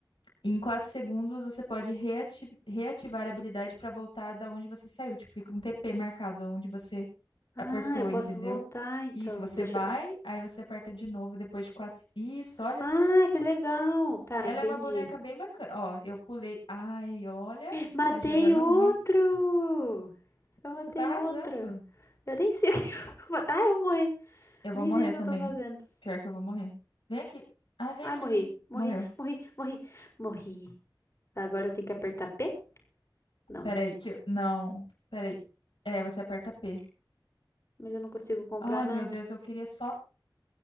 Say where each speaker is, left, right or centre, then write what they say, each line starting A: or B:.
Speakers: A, on the left; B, on the left.
A: Em 4 segundos, você pode reati- reativar a habilidade para voltar da onde você saiu. Tipo, fica um TP marcado onde você
B: Ah,
A: apertou,
B: eu posso
A: entendeu?
B: voltar então.
A: Isso, você
B: Deixa
A: vai,
B: eu.
A: aí você aperta de novo depois de 4. Isso, olha.
B: Ah, que legal. Tá,
A: Ela
B: entendi.
A: é uma boneca bem bacana. Ó, eu pulei. Ai, olha.
B: Matei
A: Tá jogando
B: outro!
A: muito.
B: Eu matei
A: Você tá arrasando.
B: outro. Eu nem sei o que <laughs> eu tô fazendo. Ah, eu morri.
A: Eu vou
B: Nem
A: morrer
B: sei o que
A: também.
B: eu tô fazendo.
A: Pior que eu vou morrer. Vem aqui. Ah, vem
B: Ai,
A: aqui.
B: morri.
A: comigo. Morreu.
B: Morri, morri, morri, morri. Tá, agora eu tenho que apertar P? Não.
A: Peraí, que eu... Não. Peraí. É, você aperta P.
B: Mas eu não consigo comprar
A: Ai,
B: nada.
A: meu Deus, eu queria só